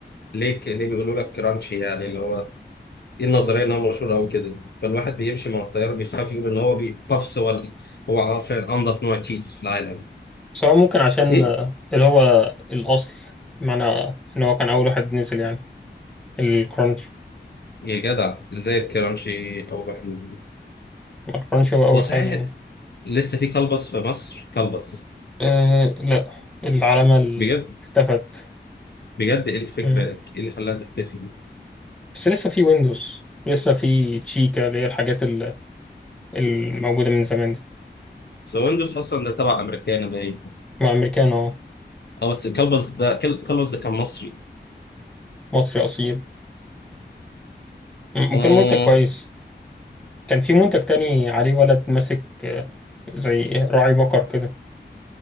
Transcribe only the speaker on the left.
ليه ك- ليه بيقولوا لك كرانشي يعني اللي هو ايه النظريه ان هو مشهور او كده فالواحد بيمشي مع التيار بيخاف يقول ان هو بي- بافس ولا هو عارفين انضف نوع تشيتوس في العالم
ايه
يا جدع ازاي الكرانشي اول واحد نزل
هو صحيح
لسه في كلبس في مصر كلبس
بجد
بجد ايه الفكره
ايه اللي خلاها تختفي
بس هو ويندوز اصلا ده تبع امريكان باين
اه بس كلبز ده كل- كلبز ده كان مصري
آه